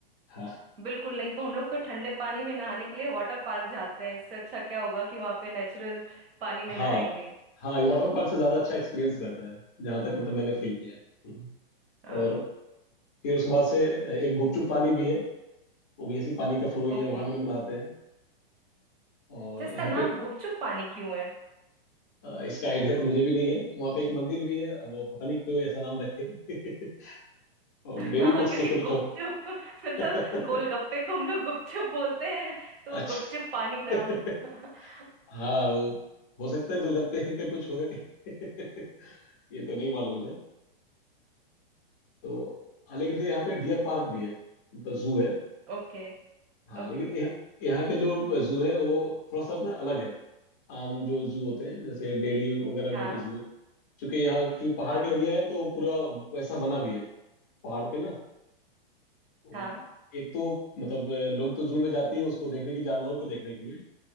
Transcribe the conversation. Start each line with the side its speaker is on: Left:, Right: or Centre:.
Left: हाँ
Right: बिल्कुल नहीं तो हम लोग तो ठंडे पानी में नहाने के लिए वाटर पार्क जाते हैं इससे अच्छा क्या होगा कि वहाँ पे नेचुरल पानी में
Left: हाँ
Right: नहाएंगे
Left: हाँ ये वाटर पार्क से ज्यादा अच्छा एक्सपीरियंस रहता है जहां तक
Right: हाँ
Left: मतलब मैंने फील किया है हम्म।
Right: हाँ
Left: और फिर उसके बाद से एक गुपचुप पानी भी है वो भी ऐसी पानी का फ्लो ही
Right: ओके
Left: है वहां भी लोग नहाते हैं और
Right: तो इसका
Left: यहाँ
Right: नाम
Left: पे
Right: गुपचुप पानी क्यों है
Left: अ, इसका आइडिया तो मुझे भी नहीं है वहां पे एक मंदिर भी है अब वो पता नहीं क्यों ऐसा नाम रखे <laughs> और
Right: हाँ
Left: मे भी कुछ
Right: क्योंकि
Left: सीक्रेट
Right: गुपचुप
Left: हो
Right: मतलब
Left: <laughs>
Right: गोलगप्पे को हम लोग गुपचुप बोलते हैं तो
Left: अच्छा
Right: गुपचुप पानी नाम
Left: <laughs>
Right: <laughs>
Left: हाँ वो हो सकता है गोलगप्पे का कुछ होगा कि <laughs> ये तो नहीं मालूम मुझे तो हाँ लेकिन फिर यहाँ
Right: जी,
Left: पे डियर पार्क भी है मतलब जू है
Right: ओके
Left: हाँ
Right: ओके
Left: लेकिन यह, यहाँ पे जो जू है वो थोड़ा सा ना अलग है आम जो जू होते हैं जैसे दिल्ली वगैरह में
Right: हाँ
Left: जो जू है क्योंकि यहाँ चूंकि पहाड़
Right: हाँ
Left: का एरिया है तो पूरा वैसा बना भी है पहाड़ पे ना तो
Right: हाँ
Left: एक तो मतलब अ, लोग तो जू में जाते हैं उसको देखने के लिए, जानवरों को देखने के लिए